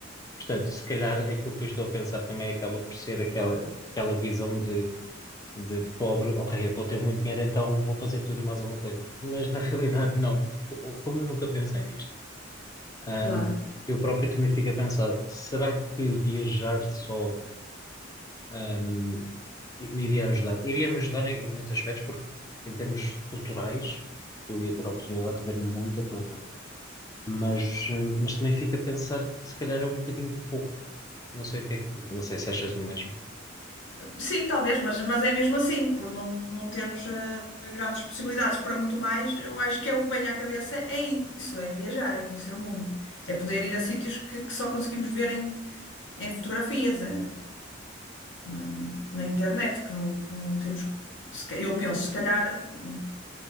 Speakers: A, on the left; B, on the left.
A: portanto, se calhar aquilo que eu estou a pensar também acaba por ser aquela, aquela visão de, de, de pobre, ok, eu vou ter muito dinheiro, então vou fazer tudo e mais alguma coisa, mas na <laughs> realidade não, porque, como eu nunca pensei nisto, hum,
B: Claro,
A: eu próprio também fico a pensar, será que viajar só ahm, e me iria ajudar. Iria-me ajudar em, em muitos aspectos, porque em termos culturais eu ia ter a oportunidade de ver muita coisa. Mas,
B: sim.
A: hum, mas também fica a pensar que se calhar é um bocadinho pouco. Não sei o que é que, não sei se achas o mesmo.
B: Sim, talvez, mas, mas é mesmo assim, por não, não termos eh, grandes possibilidades para muito mais, eu acho que é o que vem à cabeça, é isso, é viajar, é conhecer o mundo, é poder ir a sítios que, que só conseguimos ver em, em fotografias, eh, na, na internet, que não, que não temos, se ca- eu penso, se calhar, hum,